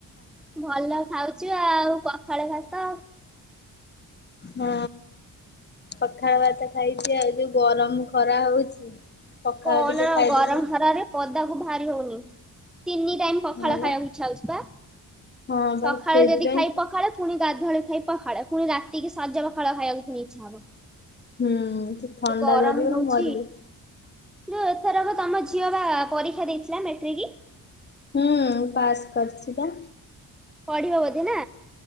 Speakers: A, in the centre; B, on the left (about 25°).
A: ଭଲ ଖାଉଛୁ ଆଉ ପଖାଳ ଭାତ।
B: ହଁ, ପଖାଳ ଭାତ ଖାଇଛି ଆଉ, ଯୋଉ ଗରମ ଖରା ହଉଛି। ପଖାଳ
A: କହନା,
B: ଟିକେ ଖାଇଦେଲେ
A: ଗରମ ଖରାରେ ପଦାକୁ ବାହାରି ହଉନି। ତିନି ଟାଇମ୍ ପଖାଳ
B: ହଁ ବା
A: ଖାଇବାକୁ ଇଚ୍ଛା ହଉଛି ବା।
B: ହଁ ବା
A: ସଖାଳେ
B: ସେଇଥିପାଇଁ
A: ଯଦି ଖାଇବି ପଖାଳ ପୁଣି ଗାଧୁଆଳେ ଖାଇଵି ପଖାଳ, ପୁଣି ରାତିକି ସଜ ପଖାଳ ଖାଇବାକୁ ପୁଣି ଇଚ୍ଛା ହବ।
B: ହୁଁ, ଥଣ୍ଡା
A: ଏ ଗରମ
B: ଧରିବ,
A: ହଉଛି
B: ମରିବୁ।
A: ଯୋଉ ଏଥରକ ତମ ଝିଅ ବା ପରୀକ୍ଷା ଦେଇଥିଲା, ମେଟ୍ରିକି?
B: ହୁଁ, ପାସ୍ କରିଛି ବା।
A: ପଢ଼ିବ ବୋଧେ, ନା?